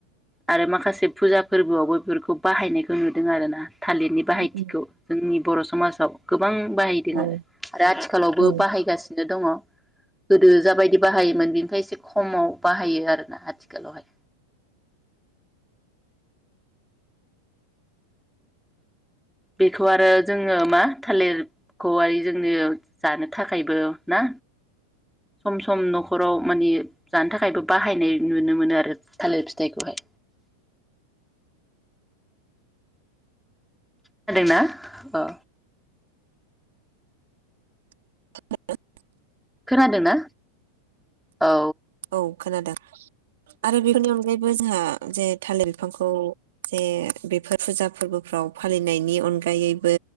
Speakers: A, in the centre; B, on the right.
A: आरो माखासे फुजा फोर्बोआवबो बेफोरखौ बाहायनायखौ नुदों आरोना। ना थालिरनि बाहायथिखौ
B: उम
A: नि बर समाजाव गो बां बाहायदों
B: औ
A: आरो आरो आथिखालावबो
B: औ
A: बाहायगासिनो दङ गोदो जाबायदि बाहायोमोन बेनिफ्राय एसे खमाव बाहायो आरोना आथिखालावहाय। बेखौ आरो जोङो मा थालिरखौहाय जोंनो जानो थाखायबो ना सम सम नखराव मानि जानो थाखायबो बाहायनाय नुनो मोनो आरो थालिर फिथाइखौहाय। खोनादोंना? अ
B: <unintelligible>
A: खोनादोंना? औ
B: औ खोनादों आरो बेफोरनि अनगायै बो जोंहा जे थालिर बिफांखौ जे बेफोर फुजा फोरबोफ्राव फालिनायनि अनगायैबो